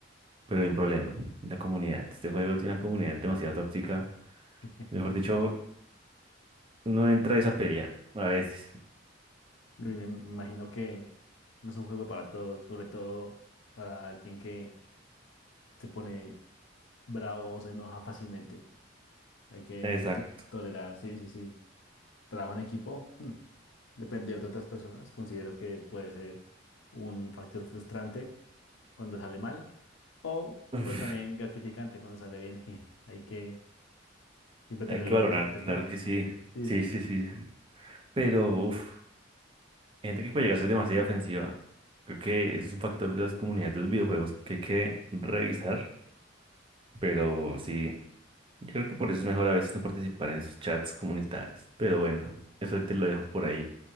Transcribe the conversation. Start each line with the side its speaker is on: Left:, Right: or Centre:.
Right: Pero hay un problema, la comunidad. Este juego tiene una comunidad demasiado tóxica.
Left: <laughs>
Right: Mejor dicho, uno entra es a pelear a veces.
Left: Y Me me imagino que no es un juego para todos, sobre todo para alguien que se pone bravo o se enoja fácilmente. Hay que
Right: Exacto.
Left: to- tolerar, sí, sí, sí. Trabajo en equipo, mm, depender de otras personas, considero que puede ser un factor frustrante cuando sale mal o
Right: Uf,
Left: pues también gratificante cuando sale bien. <laughs> Hay que siempre tenerlo
Right: hay que valorar,
Left: presente,
Right: claro
Left: ¿no?
Right: que sí.
Left: Sí,
Right: Sí,
Left: sí, sí.
Right: sí, sí. Pero, uf, hay gente que puede llegar a ser demasiado ofensiva. Creo que ese es un factor de las comunidades de los videojuegos que hay que revisar. Pero sí, yo creo que por eso es mejor a veces no participar en esos chats comunitarios. Pero bueno, eso te lo dejo por ahí.